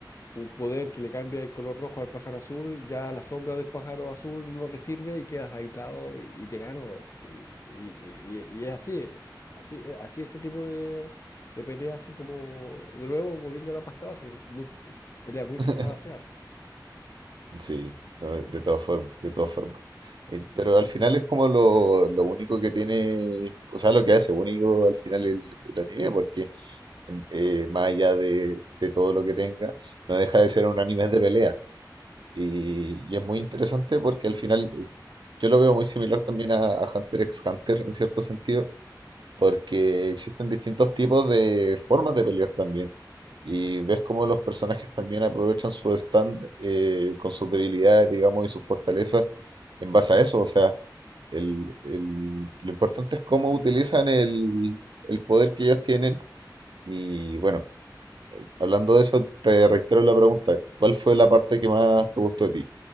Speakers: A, on the left (about 40°); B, on the right (about 80°).
A: un poder que le cambia el color rojo al pájaro azul, ya la sombra del pájaro azul no te sirve y quedas aislado y, y te gano. Y, y- y- y es así, eh, así, eh, así ese tipo de, de peleas, así como, de nuevo, volviendo a la pasta base, ¿no? muy, peleas muy
B: <laughs>
A: pasta vaciada.
B: Sí, no, de todas formas, de todas formas. Eh, pero al final es como lo, lo único que tiene, o sea, lo que hace único al final el, el anime, porque eh, más allá de, de todo lo que tenga, no deja de ser un anime de pelea. Y, y es muy interesante porque al final eh, yo lo veo muy similar también a, a Hunter x Hunter en cierto sentido, porque existen distintos tipos de formas de pelear también. Y ves cómo los personajes también aprovechan su stand eh, con sus debilidades, digamos, y sus fortalezas en base a eso. O sea, el, el- lo importante es cómo utilizan el, el poder que ellos tienen. Y bueno, hablando de eso, te reitero la pregunta, ¿cuál fue la parte que más te gustó de ti?